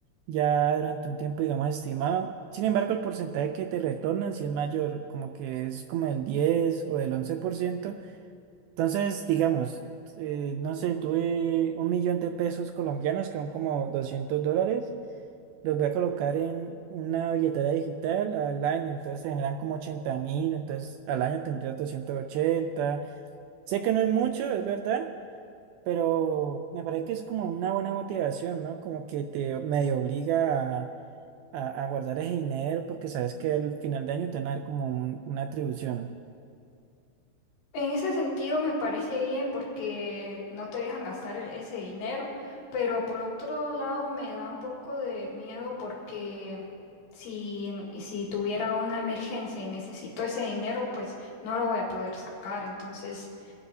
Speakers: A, on the right; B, on the left.
A: ya durante un tiempo, digamos, estimado. Sin embargo, el porcentaje que te retornan sí es mayor, como que es como del 10 o del 11%. Entonces, digamos, eh, no sé, tuve un millón de pesos colombianos, que son como doscientos dólares los voy a colocar en una billetera digital al año, entonces se generan como ochenta mil, entonces al año tendrías 280. Sé que no es mucho, es verdad, pero me parece que es como una buena motivación, ¿no? Como que te medio obliga a, a- a guardar ese dinero porque sabes que al final de año te van a dar como un- una atribución.
B: En ese sentido me parece bien porque no te dejan gastar e- ese dinero, pero por otro lado me da un poco de miedo porque si, en- y si tuviera una emergencia y necesito ese dinero, pues no lo voy a poder sacar. Entonces,